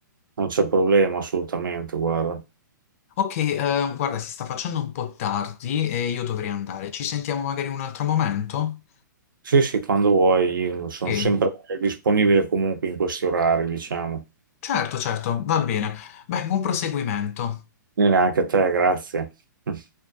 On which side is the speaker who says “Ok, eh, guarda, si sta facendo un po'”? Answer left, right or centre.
Left